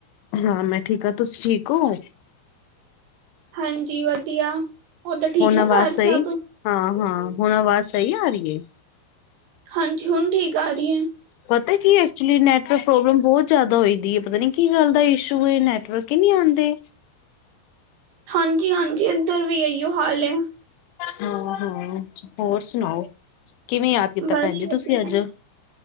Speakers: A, on the left; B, on the right.
A: ਹਾਂ ਮੈਂ ਠੀਕ ਹਾਂ ਤੁਸੀਂ ਠੀਕ ਹੋ
B: ਹਾਂਜੀ ਵਧੀਆ ਉਹ ਤਾਂ ਠੀਕ
A: ਹੁਣ
B: ਨਾ
A: ਆਵਾਜ਼
B: ਘਰ
A: ਸਹੀ
B: ਸਭ
A: ਹਾਂ ਹਾਂ ਹੁਣ ਆਵਾਜ਼ ਸਹੀ ਆ ਰਹੀ ਹੈ
B: ਹਾਂਜੀ ਹੁਣ ਠੀਕ ਆ ਰਹੀ ਹੈ
A: ਪਤਾ ਕੀ ਐਕਚੁਲੀ ਨੈਟ ਨਵਰਕ ਪ੍ਰੋਬਲਮ ਬਹੁਤ ਜ਼ਿਆਦਾ ਹੋਈਦੀ ਹੈ ਪਤਾ ਨੀ ਕੀ ਗੱਲ ਦਾ ਇਸ਼ੂ ਨੈਟਵਰਕ ਹੀ ਨਹੀਂੀ ਆਉਂਦੇ
B: ਹਾਂਜੀ ਹਾਂਜੀ ਇੱਧਰ ਵੀ ਆਈਓ ਹਾਲ ਆ
A: ਹਾਂ ਹਾਂ ਹੋਰ ਸੁਣਾਓ ਕਿਵੇਂ ਯਾਦ ਕੀਤਾ
B: ਬਸ
A: ਭੈਣ ਜੀ
B: ਵਧੀਆ।
A: ਤੁਸੀਂ ਅੱਜ